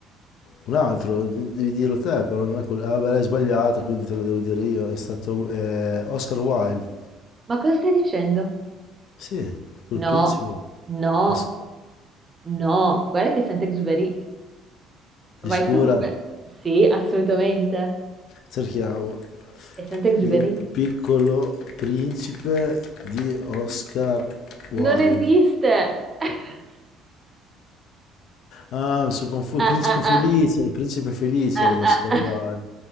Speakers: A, on the left; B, on the right.
A: Un altro, de- devi dirlo te, però non è quello. Ah, beh, l'hai sbagliata, quindi te lo devo dire io. È stato eh, Oscar Wilde.
B: Ma cosa stai dicendo?
A: Sì, col
B: No,
A: principe
B: no,
A: os-
B: no. Guarda che è Saint-Exupéry.
A: oscura
B: Vai su Google. Sì, assolutamente.
A: cerchiamo
B: È Saint-Exupéry.
A: il piccolo principe di Oscar Wilde.
B: Non esiste. <laughs>
A: Ah, mi sono confuso.
B: Ah,
A: Il principe
B: ah,
A: felice,
B: ah,
A: il principe felice
B: ah,
A: era di Oscar
B: ah. <laughs> ah.
A: Wilde.